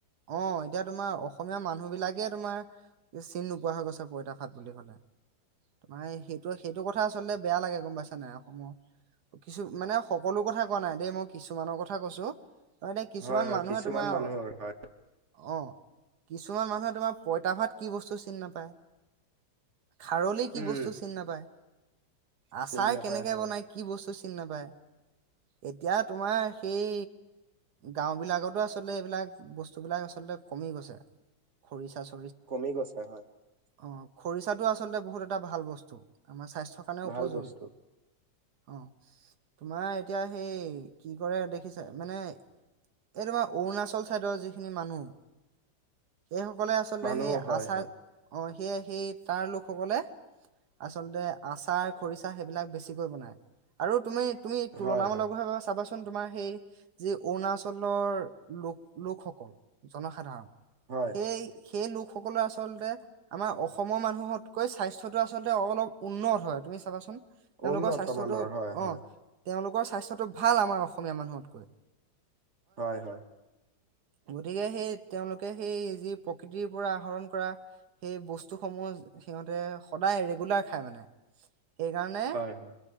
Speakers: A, on the right; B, on the right.
A: অ 'এতিয়া তোমাৰ অসমীয়া মানুহ বিলাকে তোমাৰ চিনি নোপো পোৱা হৈ গৈছে পইতা ভাত বুলি ক'লে তোমাৰ সেইটো সেইটো কথা আচলতে বেয়া লাগে গম পাইছে নাই অসমৰ কিছু মানে সকলো কথা কোৱা নাই দেই মই কিছুমানৰ কথা কৈছো। অ ', এতিয়া কিছুমান
B: হয় হয়
A: মানুহে
B: কিছুমান
A: তোমাৰ,
B: মানুহৰ হয়
A: অহ কিছুমান মানুহে তোমাৰ পঁইতা ভাত কি বস্তু চিনি নাপায়। পাই। খাৰলি কি
B: উম
A: বস্তু চিনি নাপায়, আচাৰ
B: চিনি নাপায়
A: কেনেকে
B: হয়
A: বনায়, কি বস্তু চিনি নাপায়, এতিয়া তোমাৰ সেই গাওঁ বিলাকতো আচলতে এইবিলাক বস্তুবিলাক আচলতে কমি গৈছে, খৰিচা চ
B: কমি গৈছে হয়।
A: অ' খৰিচাটো আচলতে বহুত এটা ভাল বস্তু আমাৰ স্বাস্থ্যৰ কাৰণেও
B: ভাল
A: উপযোগী।
B: বস্তু
A: অ 'তোমাৰ এতিয়া সেই, কি কৰে দেখিছে মানে এই তোমাৰ অৰুণাচল চাইডৰ যিখিনি মানুহ এইসকলে আচলতে
B: মানুহ
A: সেই
B: হয়
A: আচাৰ
B: হয়
A: অ সেয়ে সেই তাৰ লোকসকলে আচলতে আচাৰ -খৰিচা সেইবিলাক বেছিকৈ বনাই আৰু তুমি তুমি তুলনামলকভাৱে
B: হয় হয়
A: চাবা চোন তোমাৰ সেই যি অৰুণাচলৰ লোক লোকসকল জনসাধাৰণ
B: হয়
A: সেই সেই লোকসকলে আচলতে আমাৰ অসমৰ মানুহতকৈ স্বাস্থ্যটো আচলতে অলপ উন্নত হয়। তুমি চাবাচোন। তেওঁলোকৰ
B: উন্নত
A: স্বাস্থ্যতো
B: মানৰ হয়
A: অ',
B: হয়
A: তেওঁলোক স্বাস্থ্যটো ভাল আমাৰ অসমীয়া মানুহতকৈ
B: হয় হয়
A: গতিকে সেই তেওঁলোকে সেই যি প্ৰকৃতিৰ পৰা আহৰণ কৰা সেই বস্তুসমূহ সিহঁতে সদায় ৰেগুলাৰ খায় মানে সেইকাৰণে
B: হয় হয়